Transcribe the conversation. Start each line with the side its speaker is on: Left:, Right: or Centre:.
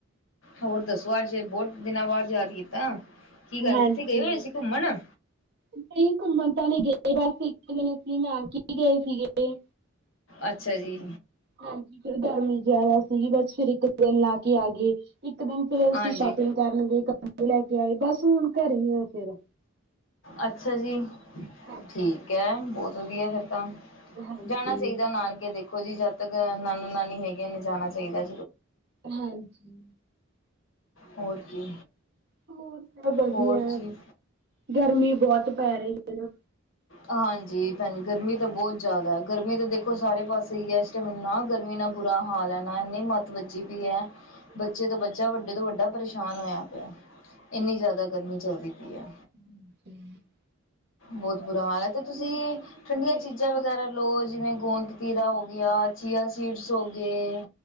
Left: ਹੋਰ ਦੱਸੋ ਅੱਜ ਬੋਤ ਦਿਨਾਂ ਬਾਅਦ ਯਾਦ ਕੀਤਾ ਕੀ ਗੱਲ
Right: ਹਾਂਜੀ
Left: ਕਿੱਥੇ ਗਏ ਹੋਏ ਸੀ ਘੁੰਮਣ
Right: ਨਹੀਂ ਘੁੰਮਣ ਤਾਂ ਨੀ ਗਏ ਬਸ ਇੱਕ ਦਿਨ ਅਸੀ ਨਾਨਕੇ ਗਏ ਸੀਗੇ
Left: ਅੱਛਾ ਜੀ
Right: ਹਾਂਜੀ ਫਿਰ ਗਰਮੀ ਜਿਆਦਾ ਸੀਗੀ ਬਸ ਫਿਰ ਇੱਕ ਦਿਨ ਲਾ ਕੇ ਆ ਗਏ ਇੱਕ ਦਿਨ ਫੇਰ ਅਸੀਂ
Left: ਹਾਂਜੀ
Right: ਸ਼ੌਪਿੰਗ ਕਰਨ ਗਏ ਕੱਪੜੇ ਲੈਕੇ ਆਏ, ਬਸ ਹੁਣ ਘਰੇ ਹੀ ਆਂ ਫਿਰ।
Left: ਅੱਛਾ ਜੀ
Right: ਹਾਂਜੀ
Left: ਠੀਕ ਹੈ ਬੋਤ ਵਧੀਆ ਫਿਰ ਤਾਂ
Right: ਹਾਂਜੀ
Left: ਜਾਣਾ ਚਾਹੀਦਾ ਨਾਨਕੇ ਦੇਖੋ ਜੀ ਜਦ ਤੱਕ ਨਾਨਾ ਨਾਨੀ ਹੈਗੇ ਨੇ ਜਾਣਾ ਚਾਹੀਦਾ
Right: ਹਾਂਜੀ
Left: ਹੋਰ ਕੀ
Right: ਹੋਰ ਸਭ ਵਧੀਆ
Left: ਹੋਰ ਜੀ
Right: ਗਰਮੀ ਬੋਤ ਪੈ ਰਹੀ ਏਨਾ
Left: ਹਾਂਜੀ ਭੈਣਜੀ ਗਰਮੀ ਤਾਂ ਬੋਤ ਜ਼ਿਆਦਾ ਗਰਮੀ ਤਾਂ ਦੇਖੋ ਸਾਰੇ ਪਾਸੇ ਹੀ ਹੈ ਇਸ ਟੈਮ ਨਾ ਗਰਮੀ ਨਾਲ ਬੁਰਾ ਹਾਲ ਹੈ ਨਾ ਇੰਨੀ ਮੱਤ ਵੱਜੀ ਵੀ ਹੈ ਬੱਚੇ
Right: ਹਾਂਜੀ
Left: ਤੋਂ ਬੱਚਾ ਵੱਡੇ ਤੋਂ ਵੱਡਾ ਪਰੇਸ਼ਾਨ ਹੋਇਆ ਪਿਆ ਇੰਨੀ ਜ਼ਿਆਦਾ ਗਰਮੀ ਚੱਲਦੀ ਪਈ ਹੈ
Right: ਹ ਜ <unintelligible>
Left: ਬੋਤ ਬੁਰਾ ਹਾਲ ਹੈ ਤੇ ਤੁਸੀਂ
Right: ਦਾ ਵੀ
Left: ਠੰਡੀਆਂ
Right: ਮੌਸਮ
Left: ਚੀਜ਼ਾਂ ਵਗੈਰਾ ਲੋ ਜਿਵੇਂ ਗੂੰਦ-ਕਤੀਰਾ ਹੋ ਗਿਆ, ਚੀਆ ਸੀਡਸ ਹੋ ਗਏ